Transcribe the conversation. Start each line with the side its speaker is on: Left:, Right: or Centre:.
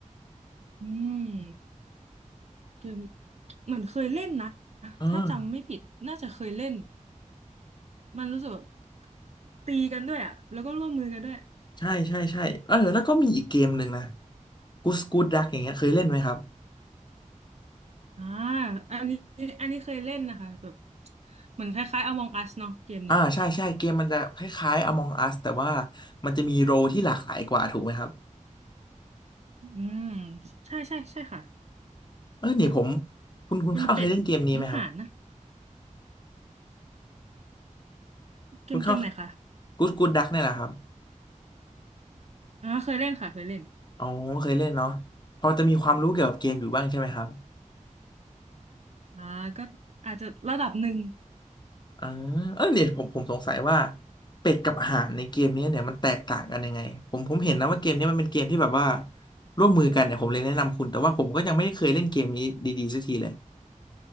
Right: อืมเกมเหมือนเคยเล่นนะ
Left: เออ
Right: ถ้าจำไม่ผิดน่าจะเคยเล่นมันรู้สึกแบบตีกันด้วยอ่ะแล้วก็ร่วมมือกันด้วย
Left: ใช่ใช่ใช่เออแล้วก็มีอีกเกมหนึ่งนะกูสกูดดักอย่างเงี้ยเคยเล่นไหมครับ
Right: อ่าอันนี้อันนี้เคยเล่นนะคะแบบเหมือนคล้ายๆ Among Us เนาะเกมนี้
Left: อ่าใช่ใช่เกมมันจะคล้ายๆ Among Us แต่ว่ามันจะมีโรลที่หลากหลายกว่าถูกไหมครับ
Right: อืมใช่ใช่ใช่ค่ะ
Left: เออเนี่ยผมคุณคุณเข้าวเคยเล่นเกมนี้ไหมครับ
Right: เป็นเป็ดหรือห่านนะเกมเกมไหนคะ
Left: คุณเข้าวกูสกูดดักเนี่ยแหละครับ
Right: อ่าเคยเล่นค่ะเคยเล่น
Left: อ๋อเคยเล่นเนาะพอจะมีความรู้เกี่ยวกับเกมอยู่บ้างใช่ไหมครับ
Right: อ่าก็อาจจะระดับหนึ่ง
Left: อ่าเออเนี่ยผมผมสงสัยว่าเป็ดกับห่านในเกมนี้เนี่ยมันแตกต่างกันยังไงผมผมเห็นนะว่าเกมนี้มันเป็นเกมที่แบบว่าร่วมมือกันเนี่ยผมเลยแนะนำคุณแต่ว่าผมก็ยังไม่ได้เคยเล่นเกมนี้ดีๆสักทีเลย